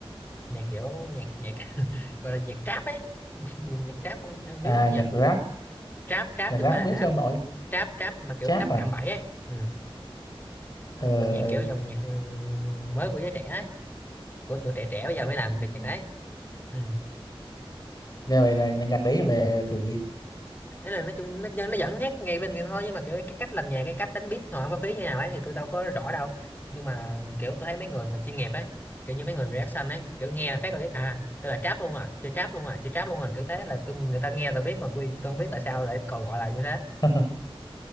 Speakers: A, on the left (about 20°); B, on the left (about 40°).
A: nhạc kiểu nhạc nhạc <laughs> gọi là nhạc trap ấy nhạc trap ông, ông biết
B: à
A: không nhỉ
B: nhạc rap
A: trap trap
B: nhạc
A: chứ
B: rap
A: không phải là
B: biết chứ
A: rap
B: ông nội
A: trap trap mà kiểu
B: chát
A: trap
B: à
A: cạm bẫy ấy ừ.
B: ờ
A: dòng nhạc
B: ờ.
A: kiểu dòng nhạc ừ, mới của giới trẻ ấy. của tụi trẻ trẻ bây giờ mới làm
B: Ừ.
A: về nhạc đấy ừ.
B: nghe vậy là, là nhạc đấy về kiểu gì
A: thế là nói chung nó, nó vẫn hát ngay bên kia thôi nhưng mà kiểu cái cách làm nhạc cái cách đánh beat họ mới phí như nào ấy thì tôi đâu có rõ đâu nhưng mà kiểu tôi thấy mấy người mà chuyên nghiệp ấy kiểu như mấy người reaction ấy kiểu nghe là phát là biết à tôi là trap luôn à chơi trap luôn à chơi trap luôn à kiểu thế là tôi, người ta nghe là biết còn tôi tôi không biết tại sao lại còn gọi là như thế
B: <laughs>